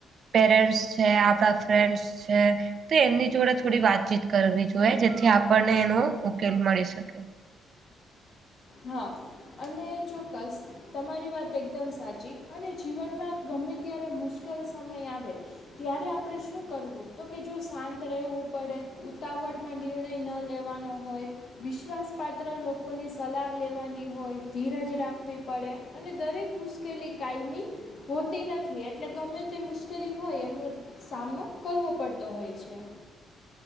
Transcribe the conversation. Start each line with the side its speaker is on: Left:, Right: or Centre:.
Right: પેરેન્ટ્સ છે આપડા ફ્રેન્ડસ છે- - તો એમની જોડે થોડી વાતચીત કરવી જોઈએ જેથી આપણને એનો ઉકેલ મળી શકે.
Left: હા અને ચોક્કસ. તમારી વાત એકદમ સાચી અને જીવનમાં ગમે ત્યારે મુશ્કેલ સમય આવે. ત્યારે આપણે શું કરવું તો કે જો શાંત રહેવું પડે ઉતાવળ- - માં નિર્ણય ન લેવાનો હોય વિશ્વાસપાત્ર લોકોની- - સલાહ લેવાની હોય ધીરજ રાખવી પડે અને દરેક મુશ્કેલી કાયમી- - હોતી નથી એટલે ગમે તે મુશ્કેલી હોય એમનો- - સામનો કરવો પડતો હોય છે.